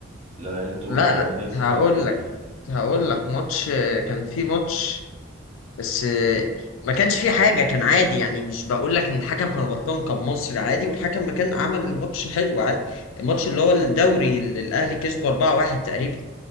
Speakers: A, on the right; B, on the left.
A: لا يا ريت تقول
B: لا
A: لي
B: أنا
A: انا ناسي
B: هقول
A: حاجه زي دي
B: لك هقول لك ماتش كان في ماتش بس آه، ما كانش في حاجة كان عادي يعني مش بقول لك ان الحكم كان غلطان كان مصري عادي والحكم ما كان عمل الماتش حلو عادي الماتش اللي هو الدوري اللي الاهلي كسبه 4-1 تقريبا